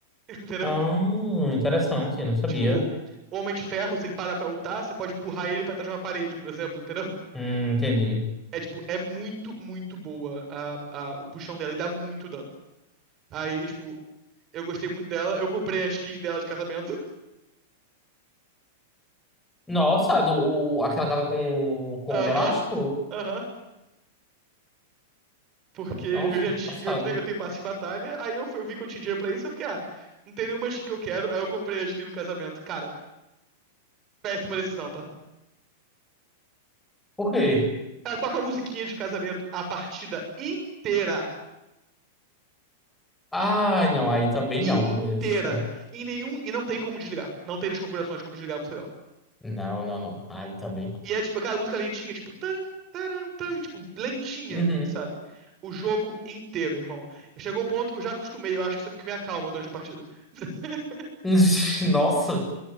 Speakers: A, on the right (about 25°); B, in the centre.
A: <laughs> entendeu?
B: Ah, interessante, não sabia.
A: Tipo, Homem de Ferro, se ele para pra lutar, você pode empurrar ele pra trás de uma parede, por exemplo, entendeu?
B: Hum, entendi.
A: É, tipo, é muito, muito boa a, a- o puxão dela e dá muito dano. Aí, tipo, eu gostei muito dela, eu comprei a skin dela de casamento.
B: Nossa, do, o- aquela casa com, com
A: <laughs> Aham,
B: o homem elástico?
A: aham. Porque eu
B: Nossa,
A: já tinha.
B: passado.
A: Eu, te- eu tenho passe de batalha, aí eu, fui- eu vi que eu tinha dinheiro pra isso, eu fiquei, ah, não tem nenhuma skin que eu quero, aí eu comprei a skin no casamento. Cara, péssima decisão, tá?
B: Por quê?
A: Ela toca a musiquinha de casamento a partida inteira.
B: Ai, não, aí também
A: Inteira.
B: não. Essa...
A: Em nenhum. E não tem como desligar. Não tem nas configurações como desligar a música dela.
B: Não, não, não. Aí também não.
A: E é tipo, cara, a música lentinha, tipo, tan, taran, tan, tipo, lentinha,
B: Uhum.
A: sabe? O jogo inteiro, irmão. Chegou o ponto que eu já acostumei, eu acho que isso é o que me acalma durante a partida. <laughs>
B: <laughs> Nossa,